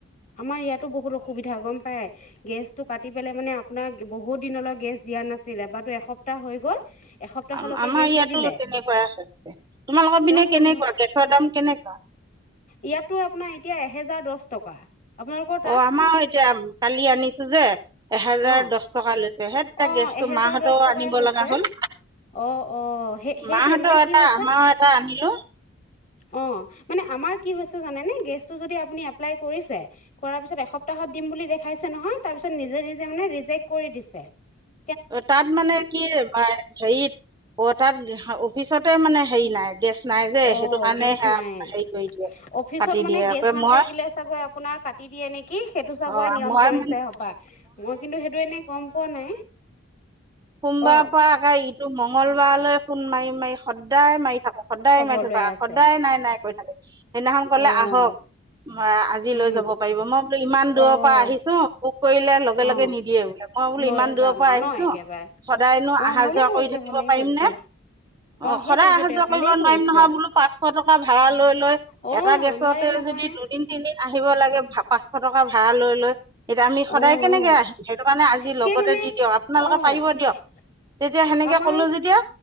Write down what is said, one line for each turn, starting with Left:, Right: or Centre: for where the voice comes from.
Left: আমাৰ ইয়াতো বহুত অসুবিধা গম পাই। গেছটো কাটি পেলাই মানে আপোনাক বহুত দিনলৈ গেছ দিয়া নাছিল এবাৰো এসপ্তাহ হৈ গ'ল এসপ্তাহলৈকে
Right: আমাৰ
Left: গেছ
Right: ইয়াতো
Left: নিদিলে।
Right: তেনেকুৱা আছে। তোমালোকৰ পিনে
Left: পোন্ধ
Right: কেনেকুৱা গেচৰ দাম কেনেকুৱা
Left: ইয়াতো আপোনাৰ এতিয়া আমাৰ এহেজাৰ দছ টকা আপোনালোকৰ তাত?
Right: অ আমাৰো এতিয়া কালি আনিছো যে এহেজাৰ
Left: অ',
Right: দছ টকা লৈ হে তেতিয়া
Left: অ',
Right: গেছটো
Left: এহেজাৰ
Right: মাহঁতও
Left: দহ টকাই
Right: আনিব
Left: হৈছে।
Right: লগা হ'ল
Left: অ', অ', সেই সেইটোৱে
Right: ।মাহঁতৰ
Left: মানে কি
Right: এটা
Left: হৈছে
Right: আমাৰ এটা আনিলো।
Left: অ মানে আমাৰ কি হৈছে জানে ন গেছটো যদি আপুনি এপ্লাই কৰিছে কৰা পিছত এস সপতাহত দিম বুলি দেখাইছে নহয় তাৰপিছত নি নিজে মানে ৰিজেক্ট কৰি দিছে চে <inaudible>
Right: অ তাত মানে কি হেৰিত অ তাত পিছতে মানে হেৰি নাই গেছ নাই যে
Left: অ
Right: সেইটো কাৰণে
Left: গেছ
Right: সেয়া
Left: নাই
Right: হেৰি কৰি দিয়ে
Left: অফিচত
Right: কাটি
Left: মানে
Right: দিয়ে
Left: গেছ
Right: আকৌ
Left: নাথাকিলে
Right: মই
Left: চাগৈ আপোনাৰ কাটি দিয়ে নেকি সেইটো চাগৈ
Right: অঁ
Left: নিয়ম
Right: মই
Left: কৰিছে
Right: মানে
Left: সপাই মই কিন্তু সেইটো এনেই গম পোৱা নাই।
Right: সোমবাৰ
Left: অ',
Right: পৰা আকে ই টো মংগলবাৰলৈ ফোন মাৰি মাৰি সদায় মাৰি থাকো সদায়
Left: খবৰ
Right: মাৰি থকা
Left: লৈ আছে
Right: সদায় নাই নাই কৈ থাকে সেইদিনাখন কলে
Left: অ',
Right: আহক আ আজি
Left: উম,
Right: লৈ যাব পাৰিব মই বোলো ইমান দূৰৰ
Left: অ',
Right: পৰা আহিছো বুক কৰিলে লগে
Left: অ',
Right: লগে নিদিয়ে বোলে মই বোলো
Left: লৈ
Right: ইমান দূৰৰ
Left: যাম
Right: পৰা
Left: আৰু
Right: আহিছো
Left: ন একেবাৰে
Right: সদায়নো
Left: অ',
Right: আহা
Left: ভালে
Right: যোৱা
Left: কৰিছে
Right: কৰি থাকিব
Left: ভালে
Right: পাৰিম
Left: কৰিছে
Right: নে অ
Left: সেইটোৱে
Right: সদায়
Left: সেইটোৱে
Right: আহা যোৱা
Left: ভালেই
Right: কৰিব নোৱাৰিম
Left: কৰিছে।
Right: নহয় বোলো পাঁচশ টকা ভাড়া লৈ লয়
Left: অ
Right: এটা গেছতে
Left: নোৱাৰে নহয়
Right: যদি দুদিন তিনদিন আহ আহিব লাগে ফা পাঁচশ টকা ভাড়া লৈ লয় এতিয়া আমি সদায়
Left: অ
Right: কেনেকে
Left: অ
Right: আহিম সেইটো কাৰণে আজি
Left: সেই
Right: লগতে
Left: মানে
Right: দি দিয়ক আপোনালোকে
Left: অ
Right: পাৰিব
Left: আমাৰ
Right: তেতিয়া সেনেকে ক'লো যেতিয়া